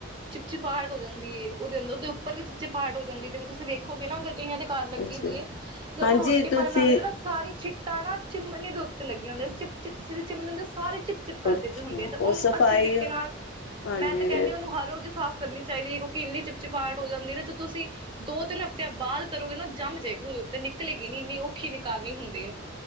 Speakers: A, on the right; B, on the left.
A: ਚਿਪਚਿਪਾਹਟ ਹੋ ਜਾਂਦੀ ਹੈ ਉਹਦੇ ਅੰਦਰ ਉਹਦੇ ਉੱਪਰ ਵੀ ਚਿਪਚਿਪਾਹਟ ਹੋ ਜਾਂਦੀ ਜਿਵੇਂ ਤੁਸੀ ਵੇਖੋਗੇ ਨਾ ਉਹਦਾ ਕਈਆਂ ਦੇ ਘਰ ਲੱਗੇ
B: ਅੱਛਾ
A: ਦੀ ਏ ਜੇ ਉਹ
B: ਹਾਂਜੀ
A: ਰੋਟੀ ਪਾਣੀ
B: ਤੁਸੀਂ
A: ਬਣਾਉਂਦੇ ਨੇ ਨਾ ਸਾਰੀ ਛਿੱਟਾਂ ਨਾ ਚਿਮਨੇ ਦੇ ਉੱਤੇ ਲੱਗਿਆ ਹੁੰਦਾ ਚਿਪ ਚਿਪ ਫੇਰ ਚਿਮਨੀ ਦਾ ਸਾਰੇ ਚਿਪ ਚਿਪ ਕਰਦੇ
B: ਅੱਛਾ
A: ਪਏ ਹੁੰਦੇ ਆ ਤੇ
B: ਉਹ
A: ਉਹਨੂੰ
B: ਸਫਾਈ
A: ਅੱਛੇ ਤਰੀਕੇ ਨਾਲ
B: ਹਾਂਜੀ
A: ਮੈਂ ਤਾਂ ਕਹਿੰਦੀ ਉਹਨੂੰ ਹਰ ਰੋਜ਼ ਹੀ ਸਾਫ਼ ਕਰਨੀ ਚਾਹੀਦੀ ਹੈ ਕਿਉਂਕਿ ਇੰਨੀ ਚਿਪ ਚਿਪਾਹਟ ਹੋ ਜਾਂਦੀ ਹੋ ਜਾਂਦੀ ਹੈ ਨਾ ਤੁਸੀਂ ਦੋ ਤਿੰਨ ਹਫ਼ਤਿਆਂ ਬਾਅਦ ਕਰੋਗੇ ਨਾ ਜੰਮ ਜਾਏਗਾ ਉਹਦੇ ਉੱਤੇ ਨਿਕਲੇਗੀ ਨੀ ਇੰਨੀ ਔਖੀ ਨਿਕਾਲਣੀ ਹੁੰਦੀ ਹੈ।